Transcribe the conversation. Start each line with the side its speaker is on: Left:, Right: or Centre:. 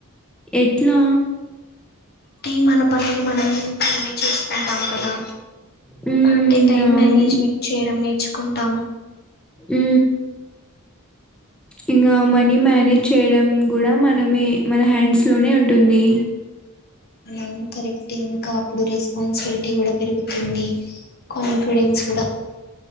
Centre: ఎట్లా
Left: అంటే మన పనిని మనం మనమే చేస్కుంటాం కదా
Centre: హ్మ్
Left: అంటే టైమ్
Centre: అవును
Left: మ్యానేజ్మెంట్ చేయడం నేర్చుకుంటాం
Centre: ఉ ఇంగా మనీ మ్యానేజ్ చేయడం గూడా మనమే మన హ్యాండ్స్లోనే ఉంటుంది
Left: అవునవున్ కరెక్టే ఇంకా అప్పుడు రెస్పాన్సిబ్లిటీ గూడా పెరుగుతుంది కాన్ఫిడెన్స్ గుడ